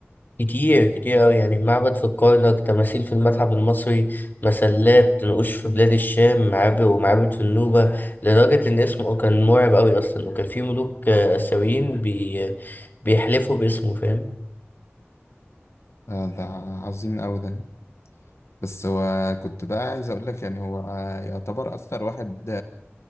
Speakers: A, on the left; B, on the left.
A: كتير كتير أوي يعني معبد في الكرنك تماثيل في المتحف المصري مسلات نقوش في بلاد الشام معابد ومعابد في النوبة لدرجة إن اسمه كان مرعب أوي أصلا وكان في ملوك آه، آسيويين بي بيحلفوا باسمه فاهم
B: آه ده عظيم أوي ده بس هو كنت بقى عايز اقول لك يعني هو يعتبر اكتر واحد